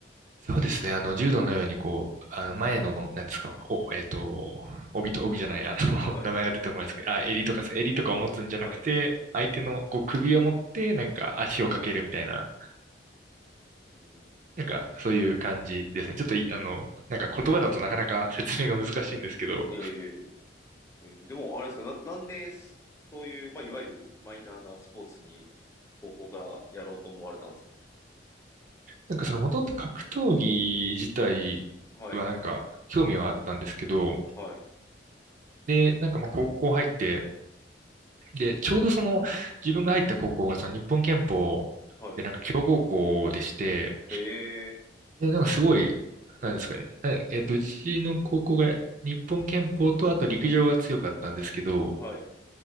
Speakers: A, on the right; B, on the left.
A: そうですね、あの、
B: ああ、は
A: 柔道のようにこう、あの、前の、なんですか、お、えっと、帯と帯じゃない、あの、
B: い。
A: <laughs> 名前が出てこないですけど、あ、襟とかですか、襟とかを持つんじゃなくて、
B: はい。
A: 相手のこう首を持って、なんか足をかけるみたいな、
B: うん。
A: なんかそういう感じですね。ちょっとい、あの、なんか言葉だとなかなか説明が難しいんですけど、
B: ええええでもあれですか、な、なんでそそういう、まあ、いわゆるマイナーなスポーツに高校からやろうと思われたんですか
A: なんかその元々格闘技自体はなんか興味はあったんですけど、
B: はい。はい。
A: で、なんかまあ高校入って、で、ちょうどその自分が入った高校がその日本拳法でなんか強豪校でして、
B: はい。ええ
A: で、なんかすごい、なんですかね、なえっと、うちの高校が日本拳法とあと陸上が強かったんですけど、
B: はい。